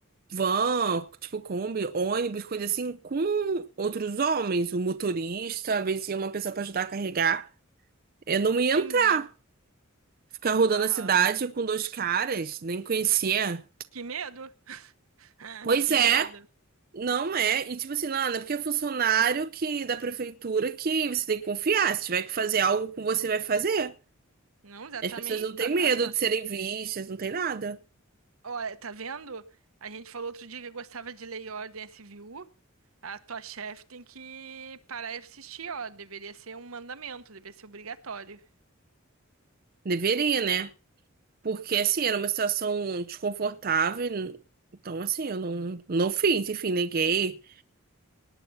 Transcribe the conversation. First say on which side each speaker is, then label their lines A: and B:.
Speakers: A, on the right; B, on the right.
A: van, tipo Kombi, ônibus, coisa assim, com outros homens, o motorista, às vezes ia uma pessoa pra ajudar a carregar. Eu não ia
B: entendi.
A: entrar, ficar rodando
B: Aham.
A: a cidade com dois caras, nem conhecia.
B: Que medo? <laughs>
A: Pois
B: Que
A: é,
B: medo?
A: Não é, e tipo assim, não, não é porque é funcionário que da prefeitura que você tem que confiar. Se tiver que fazer algo com você, vai fazer.
B: Não, exatamente.
A: As pessoas não
B: tua-
A: têm
B: A
A: medo
B: tua...
A: de serem vistas, não tem nada.
B: Olha, tá vendo? A gente falou outro dia que gostava de Lei e Ordem SVU. A tua chefe tem que parar de assistir, ó. Deveria ser um mandamento, deveria ser obrigatório.
A: Deveria, né? Porque assim, era uma situação desconfortável. Então, assim, eu não, não fiz, enfim, neguei.